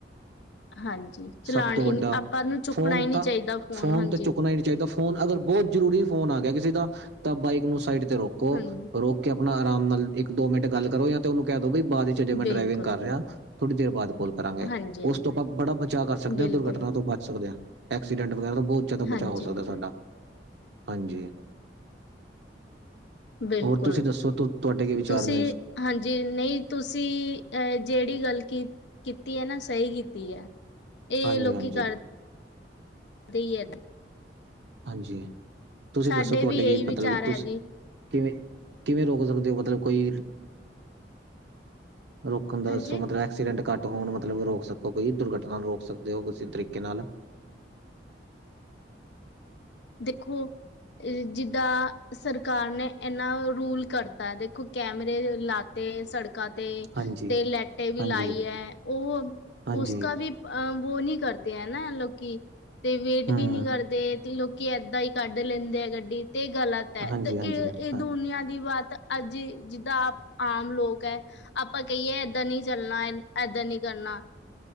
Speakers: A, on the left (about 70°); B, on the right (about 70°).
A: ਹਾਂਜੀ ਚਲਾਣ
B: ਸਭ ਤੋਂ
A: ਹੀ
B: ਵੱਡਾ
A: ਆਪਾਂ ਨੂੰ ਚੁੱਕਣਾ
B: ਫੋਨ
A: ਹੀ ਨਹੀਂ
B: ਤਾਂ
A: ਚਾਹੀਦਾ
B: ਫੋਨ
A: ਹਾਂਜੀ
B: ਤਾਂ ਚੁੱਕਣਾ ਹੀ ਨਹੀਂ ਚਾਹੀਦਾ। ਫੋਨ ਅਗਰ ਬਹੁਤ ਜ਼ਰੂਰੀ ਫੋਨ ਆ ਗਿਆ ਕਿਸੇ ਦਾ ਤਾਂ ਬਾਈਕ ਨੂੰ ਸਾਈਡ ਤੇ ਰੋਕੋ
A: ਹਾਂਜੀ
B: ਰੋ ਕਿ ਆਪਣਾ ਆਰਾਮ ਨਾਲ ਇੱਕ ਦੋ ਮਿੰਟ ਗੱਲ ਕਰੋ, ਜਾਂ ਤੇ ਉਹਨੂੰ ਕਹਿ ਦੋ ਬਾਅਦ ਵਿੱਚ ਮੈਂ
A: ਬਿਲਕੁਲ
B: ਡਰਾਈਵਿੰਗ ਕਰ ਰਿਹਾ। ਥੋੜੀ ਦੇਰ ਬਾਅਦ ਕੋਲ ਕਰਾਂਗੇ,
A: ਹਾਂਜੀ ਹਾਂਜੀ
B: ਉਸ ਤੋਂ ਆਪਾਂ ਬੜਾ ਬਚਾਅ ਕਰ ਸਕਦੇ
A: ਬਿਲਕੁਲ
B: ਹਾਂ, ਦੁਰਘਟਨਾ ਤੋਂ ਬਚ ਸਕਦੇ ਹਾਂ। ਐਕਸੀਡੈਂਟ ਵਗੈਰਾ ਦਾ ਬਹੁਤ ਜ਼ਿਆਦਾ
A: ਹਾਂਜੀ
B: ਬਚਾਅ ਹੋ ਸਕਦਾ
A: ਹਾਂਜੀ
B: ਸਾਡਾ ਹਾਂਜੀ।
A: ਬਿਲਕੁਲ
B: ਹੋਰ ਤੁਸੀਂ ਦੱਸੋ ਤੁਹਾਡੇ ਵਿਚਾਰ
A: ਤੁਸੀਂ
B: ਨੇ ਇਸ
A: ਹਾਂਜੀ। ਨਹੀਂ ਤੁਸੀਂ ਅਹ ਜਿਹੜੀ ਗੱਲ ਕੀ ਕੀਤੀ ਹੈ ਨਾ ਸਹੀ ਕੀਤੀ ਹੈ। ਇਹ
B: ਹਾਂਜੀ
A: ਲੋਕੀ
B: ਹਾਂਜੀ
A: ਕਰਦੇ ਹੀ ਏ
B: ਹਾਂਜੀ। ਤੁਸੀਂ
A: ਸਾਡੇ
B: ਦੱਸੋ ਤੁਹਾਡੇ
A: ਵੀ ਇਹੀ
B: ਕੀ
A: ਵਿਚਾਰ
B: ਮਤਲਬ ਕਿ
A: ਹੈ
B: ਤੁਸ
A: ਜੀ
B: ਕਿਵੇਂ -ਕਿਵੇਂ ਰੋਕ ਸਕਦੇ ਹੋ ਮਤਲਬ ਕੋਈ ਰੋਕਣ ਦਾ
A: ਹਾਂਜੀ
B: ਦੱਸੋ ਮਤਲਬ <inaudible> ਐਕਸੀਡੈਂਟ ਘੱਟ ਹੋਣ ਮਤਲਬ ਰੋਕ ਸਕੋ, ਕੋਈ ਦੁਰਘਟਨਾ ਨੂੰ ਰੋਕ ਸਕਦੇ ਹੋ ਕਿਸੇ ਤਰੀਕੇ ਨਾਲ
A: ਦੇਖੋ। ਜਿੱਦਾਂ ਸਰਕਾਰ ਨੇ ਏਨਾ ਰੂਲ ਕਰਤਾ ਦੇਖੋ ਕੈਮਰੇ ਲਾ ਤੇ ਸੜਕਾਂ ਤੇ
B: ਹਾਂਜੀ,
A: ਤੇ ਲੈਟੇ ਵੀ
B: ਹਾਂਜੀ,
A: ਲਾਈ ਐ ਉਹ
B: ਹਾਂਜੀ,
A: ਉਸਕਾ ਵੀ ਅ ਵੋ ਨੀ ਕਰਦੇ ਹੈ ਨਾ ਲੋਕੀ, ਤੇ ਵੇਟ
B: ਹੂੰ,
A: ਵੀ ਨਹੀਂ ਕਰਦੇ ਲੋਕ ਕੀ ਏਦਾਂ ਹੀ ਕੱਢ ਲੈਂਦੇ ਆ ਗੱਡੀ, ਤੇ ਇਹ ਗਲਤ ਐ,
B: ਹਾਂਜੀ,
A: ਤੇ
B: ਹਾਂਜੀ,
A: ਇਹ
B: ਹਾਂ,
A: ਇਹ ਦੁਨੀਆਂ ਦੀ ਵਾਤ ਅੱਜੇ ਜਿੱਦਾਂ ਆਮ ਲੋਕ ਐ। ਆਪਾਂ ਕਹੀਏ ਏਦਾਂ ਨੀ ਚੱਲਣਾ ਏਦਾਂ ਨਹੀਂ ਕਰਨਾ।